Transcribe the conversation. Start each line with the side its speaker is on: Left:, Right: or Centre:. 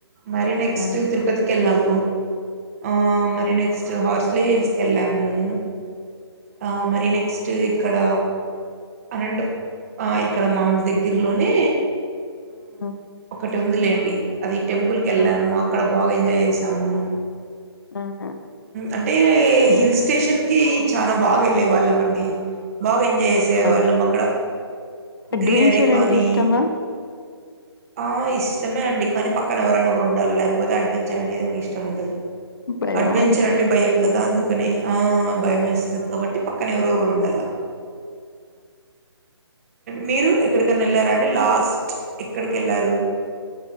Right: మరి నెక్స్ట్
Left: ఆ
Right: తిరుపతికి వెళ్ళాం ఆ మరి నెక్స్ట్ హార్సులేహిల్స్ కెళ్ళాము ఆ మరి నెక్స్ట్ ఇక్కడ అండ్ ఇక్కడ మానాకి దగ్గరలోనే
Left: ఆ
Right: అ ఉందిలేండి అది టెంపుల్కీ వెళ్ళాము
Left: ఆ
Right: అక్కడ బాగా ఎంజాయ్ చేసాము
Left: ఆ
Right: అంటే హిల్ స్టేషన్ కి చాలా బాగా వెళ్ళే వాళ్ళం అండి బాగా చేసేవాళ్ళం
Left: ఆ
Right: అక్కడ
Left: అడ్వెంచర్
Right: గ్రీనరీ కానీ
Left: అంటే ఇష్టమా?
Right: అయిస్ ఇష్టమే అండి కానీ పక్కన ఎవరైనా ఒకరు ఉండాలి లేకపోతే అడ్వెంచర్ అనేది ఇష్టం ఉండదు
Left: భయం
Right: అడ్వెంచర్
Left: అయిత
Right: అంటే భయం కదా అందుకని ఆ భయమేస్తది కాబట్టి పక్కన ఎవరుగురు ఉండాల మీరు ఎక్కడికన్నా వెళ్ళారా అండి లాస్ట్ ఎక్కడికి వెళ్ళారు